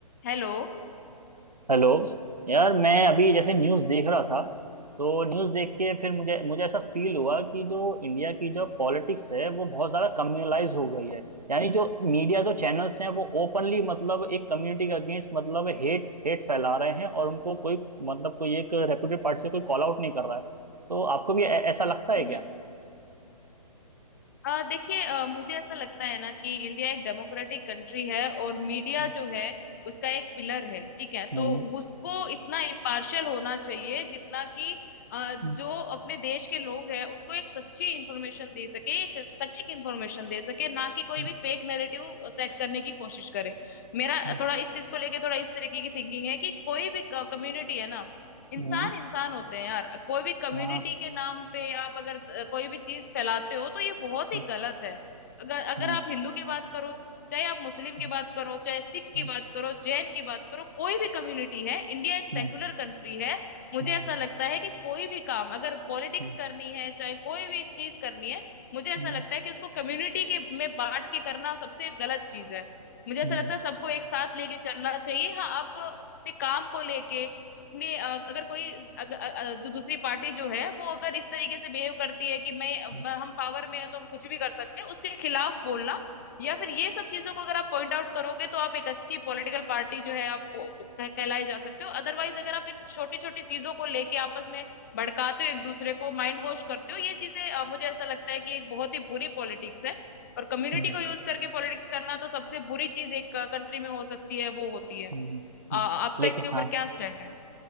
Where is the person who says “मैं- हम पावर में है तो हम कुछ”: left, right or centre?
Left